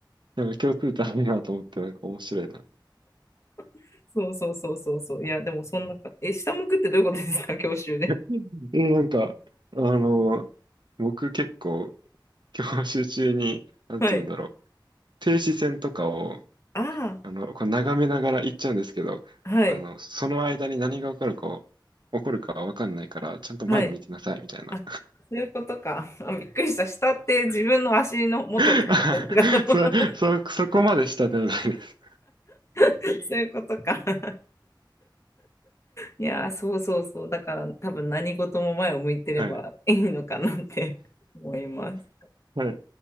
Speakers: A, on the right (about 70°); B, on the left (about 35°).
A: なんか共通点あるなと思って、なんか面白いな。
B: <laughs> そうそうそうそうそう。いや、でもそんなか、え、下向くってどういうことですか、<laughs> 教習で。
A: <laughs> え、なんか、あの、僕結構、教習中に、なんて言うんだろう、
B: はい。
A: 停止線とかを、
B: あ
A: あの、こう眺めながら行っちゃうんですけど、
B: あ、はい、
A: あの、その間に何が起こるか、起こるかわかんないから、ちゃんと前向いてなさい、
B: はい。
A: みたいな。
B: あ、そういうことか。<laughs> あ、びっくりした。下って自分の足の元とか見てるのかな
A: <laughs> そ、そ、そこまでしたではないです。
B: <laughs> そういうことか。<laughs> いやー、そうそうそう。だから多分何事も前を向いてればいいのかなって思います。
A: はい。はい